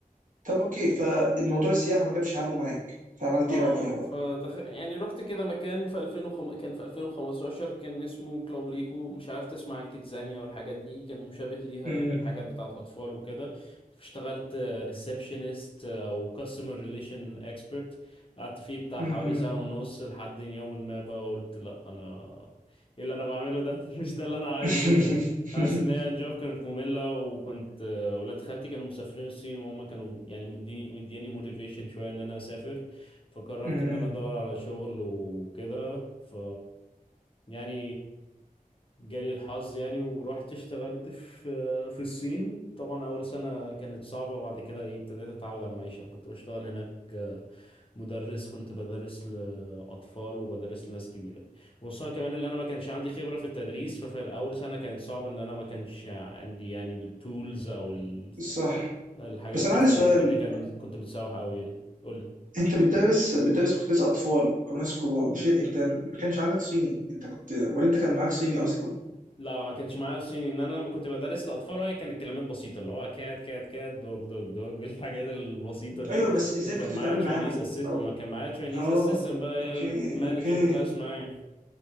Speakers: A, on the right (about 65°); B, on the left (about 40°).
A: طب اوكي فالموضوع السياحه ما جابش همه معاك فعملت
B: اه
A: ايه بعديها بقى
B: فدخ... يعني رحت كده مكان في 2005 كان في 2015 كان اسمه كلوب ليكو مش عارف تسمع عن كيدزانيا والحاجات دي كان مشابه ليها
A: امم
B: يعني حاجات بتاعت اطفال وكده اشتغلت ريسبشنست او كاستمر ريليشن اكسبرت قعدت فيه بتاع
A: امم
B: حوالي سنة ونص لحد يوم ما بقى قلت لا انا ايه اللي انا بعمله ده <laughs> مش ده اللي انا عايزه
A: <laughs>
B: حاسس ان هي الجوب كانت مملة وكنت آه، ولاد خالتي كانوا مسافرين الصين وهم كانوا يعني مديني مدياني موتيفيشن شوية ان انا اسافر فقررت
A: أمم.
B: ان انا ادور على شغل وكده ف يعني جالي الحظ يعني ورحت اشتغلت في في الصين طبعا اول سنة كانت صعبة بعد كده ايه ابتديت اتعود على المعيشة كنت بشتغل هناك مدرس كنت بدرس لأطفال وبدرس لناس كبيرة وخصوصا كمان ان انا ما كانش عندي خبرة في التدريس ففي اول سنة كانت صعبة ان انا ما كانش عندي يعني التولز او ال-
A: صح
B: الحاجات
A: بس
B: دي
A: انا عندي
B: فالدنيا
A: سؤال
B: كان كنت متسوح قوي يعني قول لي
A: انت بتدرس بتدرس في كتاب اطفال او ناس كبار مش انت ما كانش عندك صيني انت كنت ولا انت كان معاك صيني اصلا
B: لا لا ما كانش معايا صيني ان انا لما كنت بدرس لاطفال هي كانت كلمات بسيطه اللي هو كات كات كات دوج دوج دوج <laughs> الحاجات البسيطه دي
A: ايوه بس ازاي
B: وكان
A: كنت
B: معايا
A: بتتعامل
B: تشاينيز
A: معاهم
B: اسيس
A: او
B: ما كان معايا تشاينيز
A: اه
B: اسيستنت بقى هي
A: اوكي
B: اللي بتمانج
A: اوكي
B: الكلاس معايا